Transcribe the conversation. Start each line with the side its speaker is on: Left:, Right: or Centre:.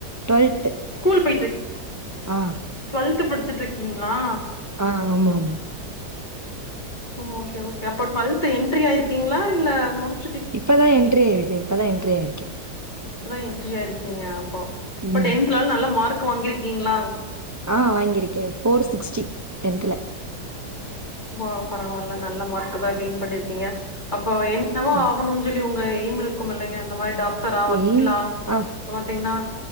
Right: டுவெல்த்து
Left: ஸ்கூல் போயிட்ருக்கீ
Right: ஆ
Left: டுவெல்த்து படிச்சிட்ருக்கீங்ளா
Right: ஆ ஆமாம்மா
Left: ஓ ஓகே ஓகே அப்போ டுவல்த்து எட்ரி ஆயிருக்கீங்ளா இல்ல முடிச்
Right: இப்பதா என்ட்ரியாயிருக்கே இப்பதா என்ட்ரியாயிருக்கே
Left: இப்பதா என்ட்ரி ஆயிருக்கீங்க அப்போ இப்ப
Right: ம்
Left: டென்த்லல் நல்ல மார்க்கு வாங்கிருக்கீங்ளா
Right: ஆ வாங்கிருக்கே ஃபோர் சிக்ஸ்டி டென்த்துல
Left: ஓ பரவால்ல நல்ல மார்க்கு தா கெயின் பண்ணிருக்கீங்க அப்போ என்னவா
Right: ம்
Left: ஆகணுன் சொல்லி உங்க எய்ம் இருக்குமில்லங்க அந்த மாரி டாக் டரா வக்கீலா
Right: ஏம் ஆ
Left: பாத்தீங்னா